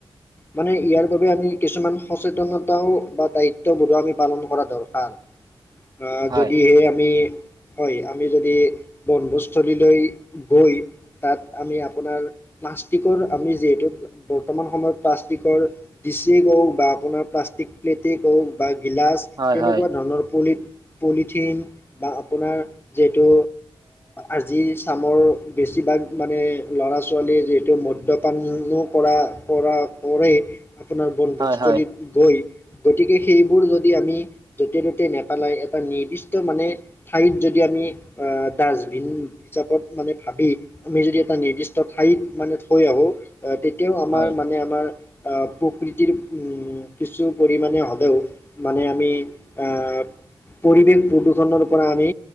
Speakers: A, on the left; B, on the right.
A: মানে ইয়াৰ বাবে আমি কিছুমান সচেতনতাও বা দায়িত্ববোৰো আমি পালন কৰা দৰকাৰ আহ
B: হয়
A: যদি সেই আমি হয় আমি যদি বনধস্থলীলৈ গৈ তাত আমি আপোনাৰ প্লাষ্টিকৰ আমি যিহেতু বৰ্তমান সময়ত প্লাষ্টিকৰ ডিচেই কওক বা আপোনাৰ প্লাষ্টিক প্লেটেই কওক বা গিলাচ
B: হয়
A: তেনেকুৱা
B: হয়
A: ধৰণৰ পলি পলিথিন বা আপোনাৰ যিহেতু আজি চামৰ বেছিভাগ মানে ল'ৰা ছোৱালীৰ যিহেতু মদ্যপানো কৰা কৰা কৰে আপোনাৰ বনভূজস্থলীত
B: হয় হয়
A: গৈ গতিকে সেইবোৰ যদি আমি য'তে ত'তে নেপেলাই এটা নিৰ্দিষ্ট মানে ঠাইত যদি আমি আহ ডাষ্টবিন হিচাপত মানে ভাবি আমি যদি এটা নিৰ্দিষ্ট ঠাইত মানে থৈ আহো আহ তেতিয়াও আমাৰ
B: হয়
A: মানে আমাৰ প্ৰকৃতিৰ কিছু পৰিমাণে হ'লেও মানে আমি আহ পৰিৱেশ প্ৰদূষণৰ পৰা আমি